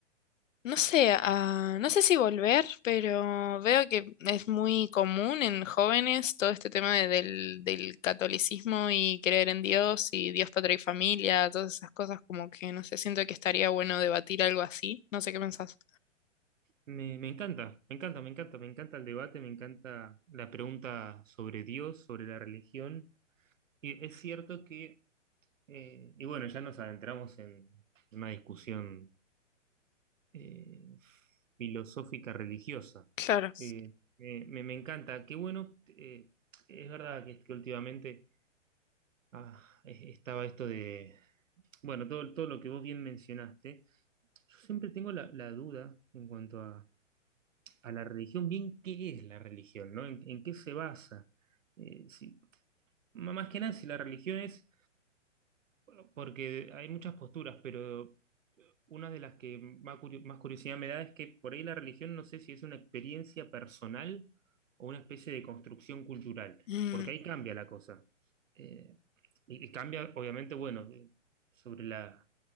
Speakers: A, on the left; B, on the right.
A: no sé, ah, no sé si volver, pero veo que es muy común en jóvenes todo este tema de- del, del catolicismo y creer en Dios y Dios, patria y familia, todas esas cosas como que no sé, siento que estaría bueno debatir algo así, no sé qué pensás.
B: Me, me encanta, me encanta, me encanta, me encanta el debate, me encanta la pregunta sobre Dios, sobre la religión. Y es cierto que, eh, y bueno, ya nos adentramos en una discusión eh, filosófica religiosa.
A: Claro.
B: Eh, me, me- me encanta, qué bueno, eh, es verdad que, que últimamente ah, es- estaba esto de Bueno, todo, todo lo que vos bien mencionaste, yo siempre tengo la, la duda en cuanto a, a la religión, bien qué es la religión, ¿no? ¿En, en qué se basa? Eh, si- m- más que nada, si la religión es, bueno, porque hay muchas posturas, pero una de las que más, curi- más curiosidad me da es que por ahí la religión no sé si es una experiencia personal o una especie de construcción cultural,
A: Mm,
B: porque ahí cambia la cosa. Eh, y, y cambia, obviamente, bueno, de- sobre la,